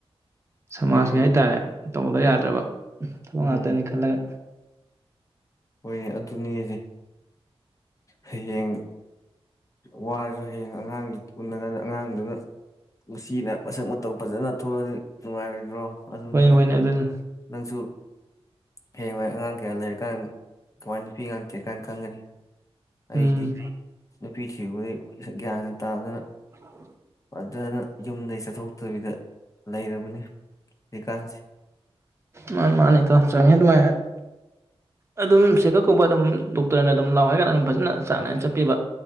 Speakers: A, on the right; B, on the left.
A: ꯁꯃꯥꯖꯀꯤ
B: ꯍꯣꯏꯅꯦ ꯃꯔꯨꯞ
A: ꯍꯥꯏ ꯇꯥꯔꯦ ꯇꯧꯗ ꯌꯥꯗ꯭ꯔꯕ ꯊꯕꯛ
B: ꯎꯝ
A: ꯉꯥꯛꯇꯅꯤ ꯈꯜꯂꯒ
B: ꯍꯣꯏꯅꯦ ꯑꯗꯨꯅꯤꯖꯦ ꯍꯌꯦꯡ ꯋꯥꯔꯁꯨ ꯍꯌꯦꯡ ꯑꯉꯥꯡꯗꯨ ꯎꯟꯅꯀꯥꯟꯗ ꯑꯉꯥꯡꯗꯨꯅ ꯅꯨꯡꯁꯤꯅ ꯃꯁꯛ ꯃꯇꯧ ꯐꯖꯅ ꯊꯣꯛꯂꯛꯑꯗꯤ ꯅꯨꯡꯉꯥꯏꯔꯣꯏꯗ꯭ꯔꯣ ꯑꯗꯨꯅꯤꯗ
A: ꯍꯣꯏꯅꯦ ꯍꯣꯏꯅꯦ ꯑꯗꯨꯅꯤ
B: ꯅꯪꯁꯨ ꯍꯌꯦꯡꯋꯥꯏ ꯑꯉꯥꯡ ꯀꯌꯥ ꯂꯩꯔꯀꯥꯟ ꯀꯃꯥꯏꯅ ꯅꯨꯄꯤ ꯑꯉꯥꯡ ꯊꯤꯔꯛꯀꯥꯟꯗ ꯈꯟꯒꯅꯤ ꯑꯩꯗꯤ
A: ꯎꯝ
B: ꯅꯨꯄꯤ ꯊꯤꯕꯗꯩ ꯒ꯭ꯌꯥꯟ ꯒ ꯇꯥꯗꯅ
A: <unintelligible>
B: ꯑꯗꯨꯅ ꯌꯨꯝꯗꯒꯤꯩ ꯆꯠꯊꯣꯛꯇꯕꯤꯗ ꯂꯩꯔꯕꯅꯤ ꯍꯧꯖꯤꯛꯀꯥꯟꯁꯦ
A: ꯃꯥꯅꯤ ꯃꯥꯅꯤ ꯏꯇꯥꯎ ꯆꯪꯍꯦꯗ ꯋꯥꯏꯍꯦꯗ ꯑꯗꯨꯝ ꯆꯦꯛꯀꯞ ꯀꯨꯝꯕ ꯑꯗꯨꯝ ꯗꯣꯛꯇꯔꯅ ꯑꯗꯨꯝ ꯂꯥꯎ ꯍꯥꯏ ꯀꯥꯟꯗ ꯑꯗꯨꯝ ꯐꯖꯅ ꯆꯥꯡ ꯅꯥꯏꯅ ꯆꯠꯄꯤꯕ